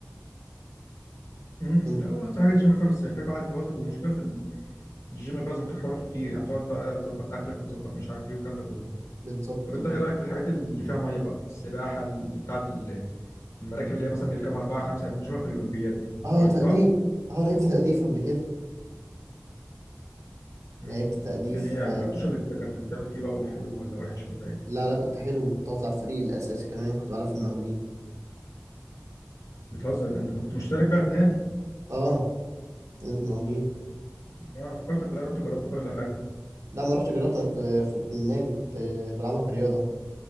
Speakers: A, on the left; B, on the right.
A: <laughs> امم
B: انت
A: لا، هو انت حاجه الجيم فاهم بس محتاج بقى عادي واظب ومشكله في الجيم بقى زي ما قلت لك حواراته كتير يعني تقعد بقى تظبط اكلك وتظبط مش عارف ايه والكلام ده كله
B: بالظبط
A: طب انت
B: بال-
A: ايه رايك في الحاجات اللي فيها ميه بقى السباحه اللي بتاعت ال- المراكب اللي هي مثلا بيركبها اربعه خمسه اللي بنشوفها في الاولمبياد دي
B: اه
A: جربتها؟
B: تأديف اه لعبت تأديف قبل كده
A: مم.
B: لعبت تأديف
A: كان ايه يعني
B: آه،
A: مجربتوش قبل كده كان بتعمل فيه بقى ولا حلو ولا وحش ولا ايه
B: لا لا كنت حلو كنت هطلع فريق الأساسي كمان كنت بلعب في المقاولين
A: بتهزر كنت انا كنت مشترك بقى في نادي
B: اه نادي المقاولين
A: انا فكرتك لا رحت جربت كل حاجه
B: لا ما رحتش جربت انا كنت في النادي كنت بلعبها كرياضه